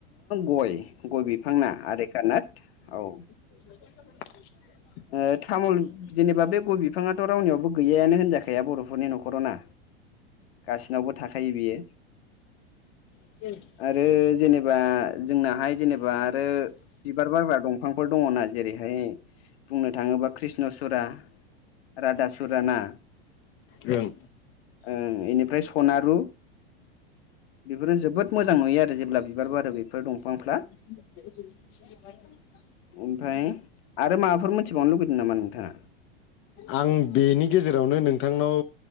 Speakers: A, on the left; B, on the left.
A: गय गय बिफांना आरेकानट औ
B: <inaudible>
A: ओ तामुल जेनेबा बे गय बिफाङाथ' रावनियावबो गैयानो होनजाखाया बर'फोरनि न'खराव ना गाससिनावबो थाखायो बियो
B: <unintelligible>
A: आरो जेनेबा जोंनाहाय जेनेबा आरो बिबार बारग्रा दंफांफोर दङना जेरैहाय बुंनो थाङोबा कृष्ण सुरा राधा सुरा ना
B: ओं
A: ओ बेनिफ्राय सनारु बेफोरो जोबोद मोज- जां नुयो जेब्ला बिबार आरो बे बेफोर दंफांफ्रा
B: <inaudible>
A: ओमफ्राय आरो माबाफोर मोनथिबावनो लुगैदों नामा नोंथाङा?
B: आं बेनि गेजेरावनो नोंथांनाव